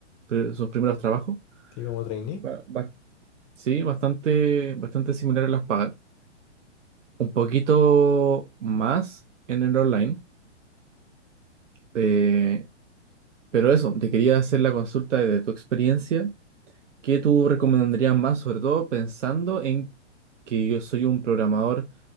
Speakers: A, on the right; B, on the left.
A: pre- sus primeros trabajos.
B: ¿Sí, como trainee?
A: Ba- ba- sí, bastante, bastante similar en las pagas. Un poquito más en el online. eh, pero eso, te quería hacer la consulta de tu experiencia ¿Qué tú recomendarías más, sobre todo pensando en que yo soy un programador